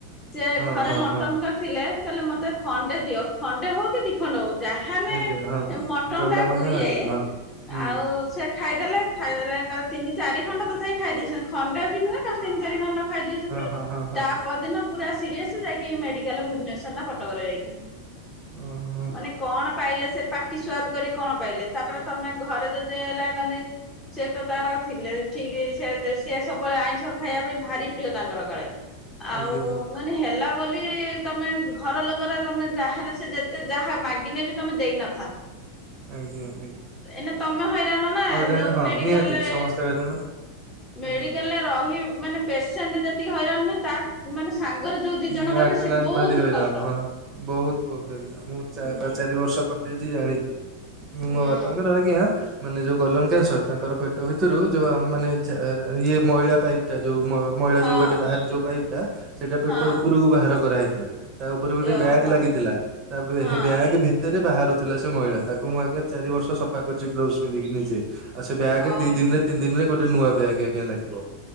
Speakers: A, on the left; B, on the right.
A: ଯେ
B: ହଁ
A: ଘରେ
B: ହଁ
A: ମଟନ୍
B: ହଁ।
A: କରିଥିଲେ କହିଲେ ମତେ ଖଣ୍ଡେ ଦିଅ ଖଣ୍ଡେ ହଉ କି ଦି ଖଣ୍ଡ ଯାହାଲେ
B: ଆଜ୍ଞା ହଁ
A: ମଟନ୍
B: ଗଲା
A: ଟା
B: ମାନେ ହଇରାଣ
A: ଇଏ
B: ହଁ ହୁଁ
A: ଆଉ ସେ ଖାଇଦେଲେ ଖାଇଦଲେ କାଲି ତିନି ଚାରି ଖଣ୍ଡ ତ ଯାଇ ଖାଇଦେଇଛନ୍ତି ଖଣ୍ଡେ ବି ନୁହେଁ କାଲି ତିନି ଚାରି ଖଣ୍ଡ। ଖାଇ ଦେଇଛନ୍ତି
B: ହଁ ହଁ ହଁ ହଁ
A: ତା ପରଦିନ ପୁରା ସିରିଅସ ଯାଇକି ମେଡିକାଲ ଭୁବନେଶ୍ୱର ନା କଟକରେ ଯାଇକି।
B: ଓହୋ।
A: ମାନେ କଣ ପାଇଲେ ସେ ପାଟି ସୁଆଦ କରି କଣ ପାଇଲେ ତାପରେ ତମେ ଘରେ ଯଦି ହେଲା କ ସେ ତ ତାର ଥିଲେ ଠିକ୍ ସେ ସେ ସବୁବେଳେ ଆଇଁଷ ଖାଇବା ପାଇଁ ଭାରି ପ୍ରିୟ ତାଙ୍କର କାଳେ। ଆଉ
B: ଆଜ୍ଞା ଆଜ୍ଞା
A: ମାନେ ହେଲା ବୋଲି ତମେ ଘର ଲୋକର ତମେ ଯାହାନେ, ସେ ଯେତେ ଯାହା ମାଗିନେ ବି ତମେ ଦେଇନଥାନ୍ତା
B: ଆଜ୍ଞା ଆଜ୍ଞା।
A: ଏଇନା ତମେ ହଇରାଣ ନା
B: ହଇରାଣ
A: ଯୋଉ
B: ହଁ
A: ମେଡାଲରେ
B: ନିହାତି ସମସ୍ତେ ହଇରାଣ ହୁଁ।
A: ମେଡିକାଲ୍ ରେ ରହି ମାନେ ପେସେଣ୍ଟ ଯେତିକି ହଇରାଣ ନୁହ ତା ମାନେ ସାଙ୍ଗରେ ଯୋଉ ଦି ଜଣ
B: ଭାରି
A: ରହିବେ ସେ ବହୁତ
B: ଭାରିହଇରାଣ
A: କଷ୍ଟ।
B: ହଁ ବହୁତ ବହୁତ ଆଜ୍ଞା ମୁଁ
A: ଉଁ
B: ପା ଚାରି ବର୍ଷ ଜାଣିଛି
A: ହୁଁ
B: ମୋ ବାପାଙ୍କର ଆଜ୍ଞା ମାନେ ଯୋଉ ଗଲମ କ୍ୟାନସର ତାଙ୍କର ପେ ଟଭିତରୁ ଯୋଉ ମାନେ ଇଏ ମଇଳା ପାଇପ୍ ଟା ଯୋଉ ମ ମଇଳା
A: ହଁ
B: ଯୋଉ ବାଟେ ବାହା ଯୋଉ ପାଇପ୍ ଟା ସେଇଟା ପେଟ
A: ହଁ।
B: ଉପରକୁ ବାହାର କରାହେଇଥିଲା। ତା ଉପରେ ଗୋଟେ
A: ଓହୋ
B: ବ୍ୟାଗ୍ ଲାଗିଥିଲା ତା ପରେ
A: ହଁ
B: ସେ ବ୍ୟାଗ୍ ଭି ସେତରେ ବାହାରୁଥିଲା ସେ ମଇଳା ତାକୁ ମୁଁ ଆଜ୍ଞା ଚାରି ବର୍ଷ ସଫା କରିଛି ଗ୍ଲୋଭ୍ସ ପିନ୍ଧିକି ନିଜେ। ଆ ସେ ବ୍ୟାଗ
A: ଓହୋ
B: ଦି ଦିନ ରେ ତିନି ଦିନ ରେ ଗୋଟେ ନୂଆ ବ୍ୟାଗ ଆଜ୍ଞା ଲାଗିବ।